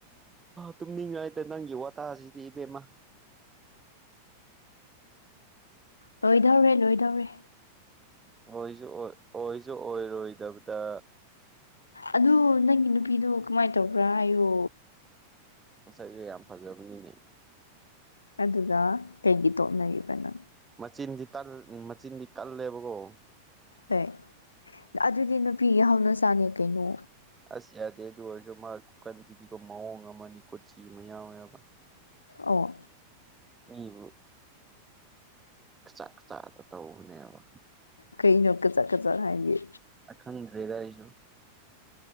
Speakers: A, on the right; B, on the left.
A: ꯇꯨꯝꯅꯤꯡꯉꯥꯏꯇ ꯅꯪꯒꯤ ꯋꯥꯇꯥꯁꯤꯗꯤ ꯏꯕꯦꯝꯃ
B: ꯂꯣꯏꯗꯧꯔꯦ ꯂꯣꯏꯗꯧꯔꯦ
A: ꯑꯣꯏꯁꯨ ꯑꯣꯏ ꯑꯣꯏꯁꯨ ꯑꯣꯏꯔꯣꯏꯗꯕꯗ
B: ꯑꯗꯨ ꯅꯪꯒꯤ ꯅꯨꯄꯤꯗꯨꯣ ꯀꯃꯥꯏꯅ ꯇꯧꯕ꯭ꯔꯥ ꯑꯌꯨ
A: ꯃꯁꯥꯏꯒꯤ ꯌꯥꯝ ꯐꯖꯒꯅꯤꯅꯦ
B: ꯑꯗꯨꯒ ꯀꯩꯒꯤ ꯇꯣꯛꯅꯔꯤꯕ ꯅꯪ
A: ꯃꯆꯤꯟꯗꯤ ꯃꯆꯤꯟꯗꯤ ꯀꯜꯂꯦꯕꯀꯣ
B: ꯍꯣꯏ ꯑꯗꯨꯗꯤ ꯅꯨꯄꯤꯒꯤ ꯍꯧꯅ ꯆꯥꯅꯤ ꯀꯩꯅꯣ
A: ꯑꯁ ꯌꯥꯗꯦ ꯑꯗꯨ ꯑꯣꯏꯔꯁꯨ ꯃꯥ ꯀꯀꯟꯁꯤꯗꯤꯀ ꯃꯑꯣꯡ ꯑꯃꯅꯤ ꯀꯣꯆꯤ ꯃꯌꯥꯝ ꯃꯕ
B: ꯑꯣ
A: ꯃꯤꯕꯨ ꯆꯥꯛ ꯆꯥꯗ ꯇꯧꯕꯅꯦꯕ
B: ꯀꯩꯩꯅꯣ ꯀ ꯆꯥꯛ ꯀ ꯆ ꯍꯥꯏꯗꯤꯦ
A: ꯑꯈꯟ ꯔꯦꯒꯥꯔꯤꯁꯨ